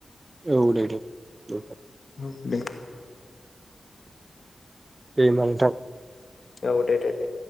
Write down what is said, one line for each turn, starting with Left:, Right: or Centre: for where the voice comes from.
Right: औ दे दे दे
Left: औ दे
Right: दे होनबा नोंथां
Left: औ दे दे दे